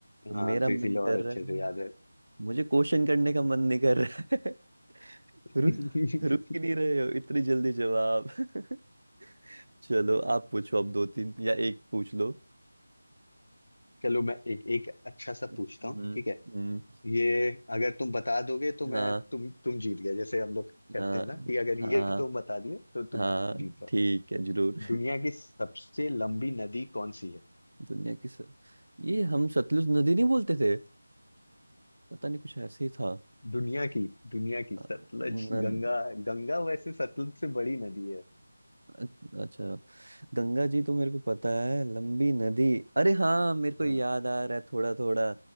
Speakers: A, on the left (about 60°); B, on the right (about 75°).
A: हाँ
B: मेरा
A: तो
B: मन
A: इसीलिए और
B: कर
A: अच्छे
B: रहा है
A: से याद है
B: मुझे क्वेश्चन करने का मन नहीं कर रहा है <laughs>
A: <laughs>
B: रुक रुक ही नहीं रहे हो इतनी जल्दी जवाब <laughs> चलो आप पूछो अब दो तीन या एक पूछ लो
A: चलो मैं एक एक अच्छा सा
B: हम्म
A: पूछता हूँ ठीक है
B: हम्म,
A: ये अगर तुम बता दोगे तो मैं
B: हाँ
A: तुम तुम जीत गए जैसे हम लोग करते
B: हाँ
A: हैं ना कि अगर ये
B: हाँ
A: तुम बता दिए तो तुम
B: हाँ
A: जीत जाओ
B: ठीक है जरूर
A: दुनिया की सबसे लंबी नदी कौन सी है
B: <laughs> दुनिया की सर ये हम सतलुज नदी नहीं बोलते थे पता नहीं कुछ ऐसे ही था
A: दुनिया की दुनिया की
B: अ,
A: सतलज
B: न,
A: गंगा गंगा वैसे सतलज से बड़ी नदी है
B: अ- अच्छा गंगा जी तो मेरे को पता है लंबी नदी अरे हाँ मेरे को
A: हाँ
B: याद आ रहा है थोड़ा थोड़ा